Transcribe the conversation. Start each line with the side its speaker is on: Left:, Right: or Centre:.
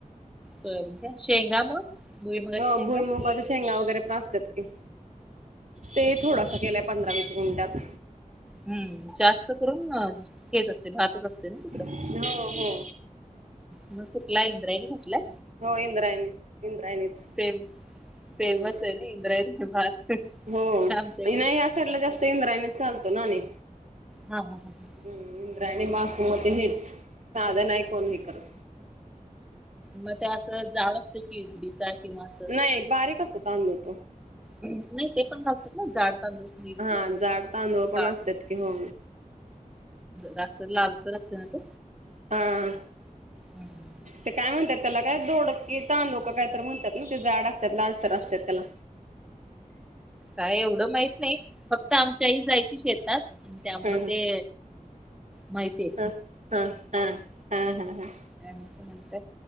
Centre: सोयाबीन काय. शेंगा मग भुईमुगाच्या
Right: ह
Centre: शेंगा
Right: भूईमुंगाच्या शेंगा वगैरे पण असत्यांत. ते थोडासा केलाय, पंधरा वीस गुंठात.
Centre: हूं जास्त करून न हेच असते, भातच असते ना तिकड.
Right: हो हो
Centre: म कुठला इंद्राईनी म्हटलाय.
Right: हो इंद्रायणी इंद्रायणीच
Centre: फेम, फेमस
Right: हम्म
Centre: आहे ना इंद्रायनी भात.
Right: हो नाही
Centre: आमच्या इकडे.
Right: या साईडला जास्त इंद्रायणी चालतो ना आणि.
Centre: हा हा हा.
Right: हूं इंद्रायणी बासमती हेच, साध नाही कोन्ही करत.
Centre: म ते असं जाड असत <unintelligible> <unintelligible>
Right: नाही बारीक असतो तांदूळ तो.
Centre: नाही ते पण घलतात ना जाड तांदूळ <unintelligible> नी
Right: हा
Centre: ते
Right: जाड तांदूळ पण
Centre: काळ.
Right: असतात की हो
Centre: जास्त लालसर असते ना ते.
Right: हा!
Centre: <inaudible>
Right: ते काय म्हणतात त्याला काय दोडकी तांदूळ का काय तर म्हणत्यात ना ते जाड असत्यात लालसर असत्यात त्याला.
Centre: काय एवढं माहित नाही, फक्त आमची आई जायची शेतात. आणि त्यामुळे
Right: हा ह
Centre: ते माहितीय
Right: ह हा हा हा हा हा.
Centre: म्हणत